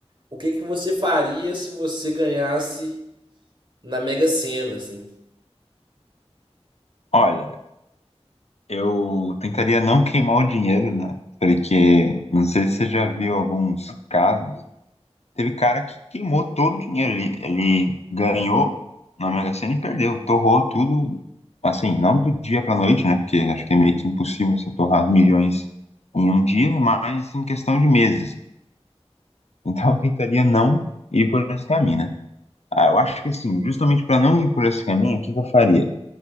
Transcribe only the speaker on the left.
olha, eu tentaria não queimar o dinheiro, né? Porque não sei se você já viu alguns casos. Teve cara que queimou todo o dinheiro. Ele, ele ganhou na Mega Sena e perdeu. Torrou tudo, assim, não do dia pra noite, né? Porque acho que é meio que impossível você torrar milhões em um dia, mas em questão de meses. Então eu tentaria não ir por esse caminho, né? Ah, eu acho que assim, justamente para não ir por esse caminho, o que que eu faria?